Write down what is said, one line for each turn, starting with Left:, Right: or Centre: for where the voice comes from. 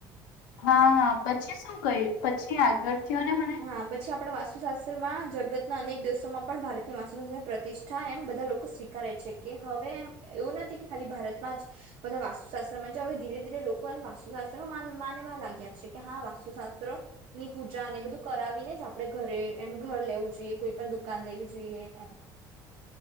Left: હા હા પછી શું ગય પછી આગળ કયો ને મને
Right: હા પછી આપડ વાસ સ્તુ શાસ્ત્રમાં જગતના અનેક દિવસોમાં પણ ભારતની વાસ્તુશાસ્ત્ર પ્રતિષ્ઠા એમ બધા લોકો સ્વીકારે છે કે હવેમ એવું નથી કે ખાલી ભારતમાં જ બધા વાસ્તુશાસ્ત્રમાં હવે ધીરે ધીરે લોકો એમ વાસ્તુશાસ્ત્ર માનવા લાગ્યા છે કે હા વાસ્તુશાસ્ત્રો ની પૂજા અને બધું. કરાવીને જ આપડે ઘરે એમ ઘર લેવું જોઈએ કોઈ પણ દુકાન લેવી જોઈએ એમ.